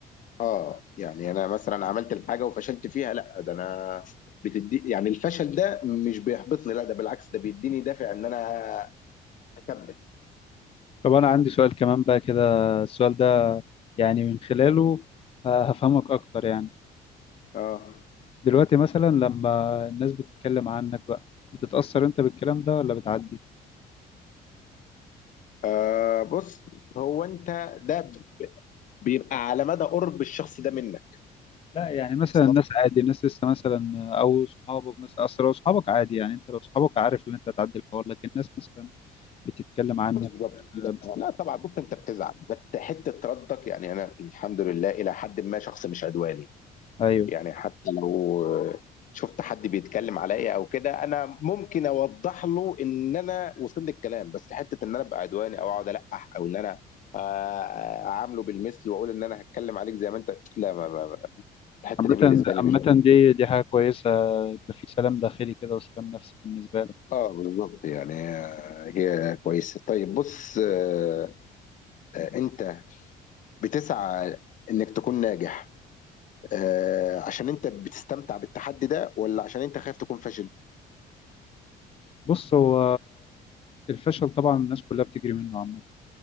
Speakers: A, on the left (about 50°); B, on the left (about 35°).
A: اه يعني انا مثلا عملت الحاجه وفشلت فيها لا ده انا بتدي يعني الفشل ده مش بيحبطني لا ده بالعكس ده بيديني دافع ان انا اكمل
B: طب انا عندي سؤال كمان بقى كده السؤال ده يعني من خلاله آه، هفهمك اكتر يعني
A: اه
B: دلوقتي مثلا لما الناس بتتكلم عنك بقى بتتأثر انت بالكلام ده ولا بتعدي
A: آه بص هو انت ده بيبقى على مدى قرب الشخص ده منك
B: لا يعني مثلا
A: اصلا
B: الناس عادي الناس لسه مثلا او صحابك مثلا اصل لو صحابك عادي يعني انت لو صحابك عارف ان انت هتعدي الحوار لكن الناس مثلا بتتكلم عنك
A: بالضبط.
B: آه، بس
A: لأ طبعًا بُص أنت بتزعل، بس حتّة ردّك يعني أنا الحمد لله إلى حدٍ ما شخص مش عدواني،
B: ايوه
A: يعني حتّى لو شُفت حد بيتكلّم عليّا أو كده، أنا ممكن أوضّح له إن أنا وصل لي الكلام، بس حتّة إن أنا أبقى عدواني أو أقعد ألقّح أو إن أنا آآ أعامله بالمِثل وأقول إن أنا هاتكلّم عليك زي ما أنت لا ما ما ما الحتّة
B: عامة
A: دي بالنسبة لي
B: عامة
A: مش بت
B: دي دي حاجة كويسة يبقى في سلام داخلي كده وسلام نفسي بالنسبة لك
A: آه بالضبط، يعني آه، هي كويسة. طيب بُص آآ أنت بتسعى إنّك تكون ناجح آه، عشان انت بتستمتع بالتحدي ده ولا عشان انت خايف تكون فاشل
B: بص هو الفشل طبعا الناس كلها بتجري منه عامة